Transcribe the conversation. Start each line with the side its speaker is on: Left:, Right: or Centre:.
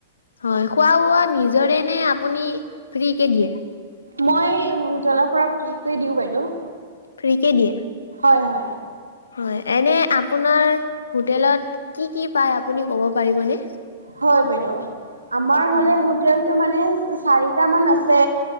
Left: হয় খোৱা-বোৱা নিজৰে নে আপুনি ফ্ৰীকে দিয়ে?
Right: মই হোটেলৰ পৰা ফ্ৰী কৰি দিওঁ বাইদেউ।
Left: ফ্ৰীকে দিয়ে?
Right: হয় হয়।
Left: হয় এনে আপোনাৰ হোটেলত কি কি পায় আপুনি ক'ব পাৰিবনে?
Right: হয় বাইদেউ আমাৰ হ'লে
Left: হয়
Right: হোটেলটো মানে চাৰিটামান আছে।